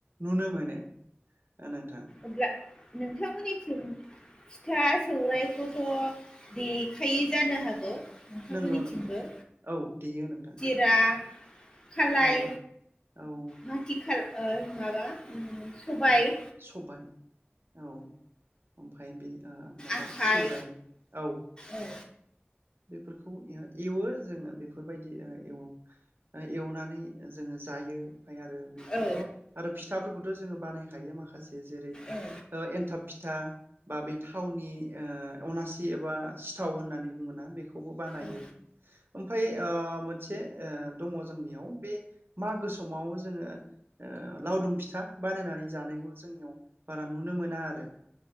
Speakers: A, on the right; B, on the left.
A: नुनो मोनो ओ नोंथां
B: अब्ला नोंथांमोननिथिं फिथा सौरायखौथ' देखायै जानो हागौ नोंथांमोननिथिंबो
A: नंगौ नंगौ औ देयो नोंथां।
B: रा खालाय
A: औ औ
B: हाटि खाल ओ माबा उम सबाय
A: सबाय औ ओमफाय बे ओ माबा
B: आखाइ
A: सौराय औ
B: औ
A: बेफोरखौ एव एवो जोङो बेफोरबायदि ओ एवो। ओ एवनानै ओ जोङो जायो ओमफाय आरो बेखोथ'
B: औ
A: आरो फिथाफोरखौथ' जोङो बानायखायो माखासे जेरै
B: औ
A: ओ एनथाब फिथ था बा बे थावनि ओ अनासि एबा सिथाव होननानै बुङोना खौबो बानायो।
B: औ
A: ओमफाय ओ मोनसे ओ दङ जोंनियाव बे मागो समाव जोङो ओ लावदुम फिथा बानायनानै जानायखौ जोंनियाव बारा नुनो मोना आरो